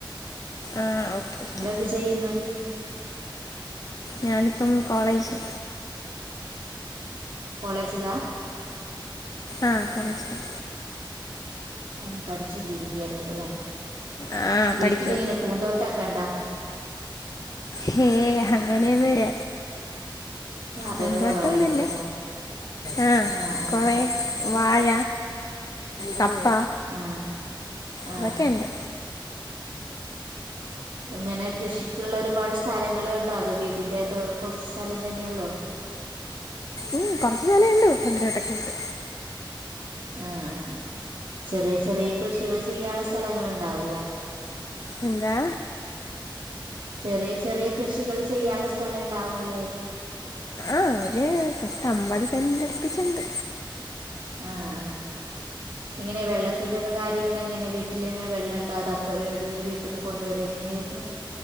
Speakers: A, on the left; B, on the right.
A: ആഹ് ഓക്കെ ഓക്കെ
B: നിങ്ങളെന്ത് ചെയ്യുന്ന
A: ഞാനിപ്പം കോളേജ്
B: കോളേജില
A: ആഹ് കോളേജിലാ
B: ആഹ് പഠിച്ചൊണ്ടിരിക്കയായിരിക്കുല്ലെ
A: ആ പഠിക്കുക
B: വീട്ടിലിങ്ങനെ പൂന്തോട്ടൊക്കെ ഉണ്ടോ
A: ഹേയ് അങ്ങനൊന്നുവില്ല
B: ഗാർഡന്
A: പന്തോട്ടൊന്നുവില്ല
B: കുറവായിരിക്കുംല്ലേ
A: ആഹ്
B: ആ ആ
A: കൊറേ വാഴ കപ്പ
B: ആ ആ
A: ഇതൊക്കെയുണ്ട്
B: അങ്ങനെ കൃഷിക്കുള്ള ഒരുപാട് സ്ഥലങ്ങള് ണ്ടോ അതൊ വീടിന്റെ കുറച്ച് സ്ഥലം തന്നെ ഉള്ളോ
A: ഉം കുറച്ച് സ്ഥലെ ഉള്ളൂ ഫ്രണ്ടിൽ ഒക്കെ ആയിട്ട്
B: ആഹ് ചെറിയ ചെറിയ കൃഷികൾ ചെയ്യാനുള്ള സ്ഥലങ്ങൾ ഉണ്ടാവൂല്ലേ
A: എന്താ
B: ചെറിയ ചെറിയ കൃഷികൾ ചെയ്യാള്ള സ്ഥലവുണ്ടാവുല്ലേ
A: ആഹ് ഒരു പത്ത് അമ്പത് സെന്റ് അടുപ്പിച്ചിണ്ട്
B: ആഹ് ആഹ് എങ്ങനെ വെള്ളത്തിന്റെ ഒക്കെ കാര്യങ്ങൾ എങ്ങനെ വീട്ടിൽ തന്നെ വെള്ളം ഉണ്ടാ അതോ അപ്പ എവിടുന്ന വീട്ടിൽ നിന്ന് കൊണ്ടുവര എങ്ങനെയായിരുന്നു